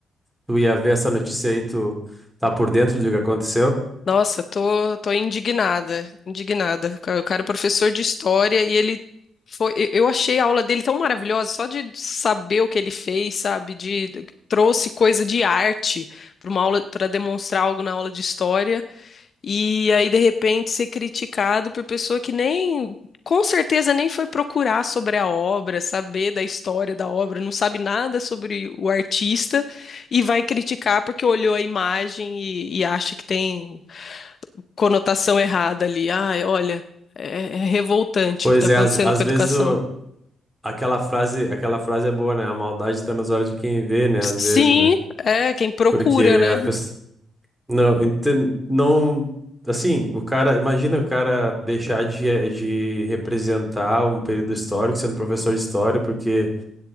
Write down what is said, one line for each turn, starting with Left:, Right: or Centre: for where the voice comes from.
Centre: tu ia ver essa notícia aí. Tu tá por dentro do que aconteceu?
Left: Nossa, tô, tô indignada, indignada. O cara o cara é professor de história e ele foi. Eu eu achei a aula dele tão maravilhosa, só de saber o que ele fez, sabe? De trouxe coisa de arte para uma aula, para demonstrar algo na aula de história. E aí, de repente, ser criticado por pessoa que nem, com certeza, nem foi procurar sobre a obra, saber da história da obra, não sabe nada sobre o artista e vai criticar porque olhou a imagem e, e acha que tem conotação errada ali. Ai, olha, é, é revoltante
Centre: Pois
Left: o que está acontecendo
Centre: é, às, às
Left: com a
Centre: vezes
Left: educação.
Centre: o- aquela frase, aquela frase é boa, né? A maldade tá nos olhos de quem vê, né?
Left: S-
Centre: Às vezes,
Left: Sim,
Centre: né?
Left: é quem procura,
Centre: Porque
Left: né?
Centre: a pe- Não, enten- não, assim, o cara, imagina o cara deixar de, de representar um período histórico sendo professor de história, porque